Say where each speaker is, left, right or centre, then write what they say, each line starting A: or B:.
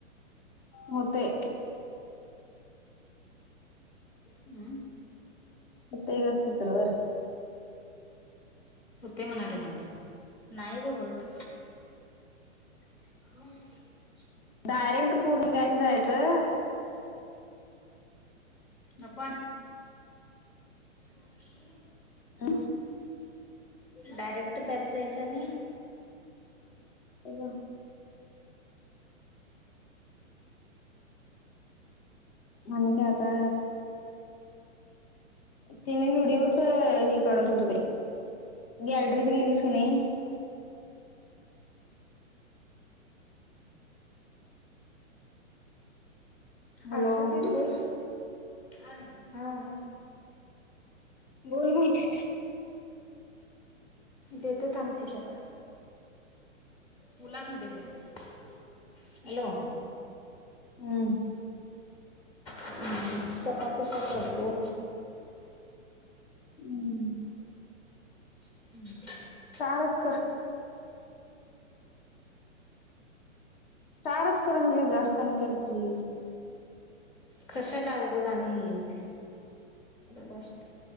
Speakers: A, on the left; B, on the left.
A: होतंय.
B: हम्म.
A: हुतंय ग स्पीकर वर?
B: हुतंय म्हणाल्या नवं ग? नाही होत. म
A: डायरेक्ट पूर्ण बॅक जायचं?
B: नको अस मुलगी.
A: अ
B: डायरेक्ट बॅक जायचा आणि
A: <inaudible> आणि कहता ते मी व्हिडिओच हे काढत होतो बाई गॅलरीत गेलीस का नाही हॅलो
B: अससती बोल हा
A: बोल बाई
B: देत आम्ही तिच्याकड मुलात म बला हॅलो
A: हम्
B: हम् चपातच्याात करतो
A: हम्म
B: <inaudible>
A: चारक कर तारच क म्हटलं जास्त नाही कर की
B: कशा लावगं जाणीवती बसते